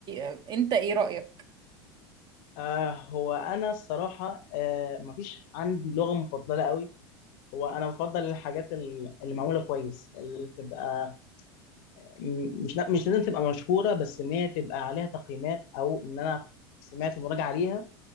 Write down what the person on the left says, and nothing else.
آه هو انا الصراحه آه مفيش عندي لغه مفضله قوي هو انا بفضل الحاجات ال- اللي معموله كويس اللي تبقى م- مش لا- مش لازم تبقى مشهوره بس ان هي تبقى عليها تقييمات او ان انا سمعت مراجعه عليها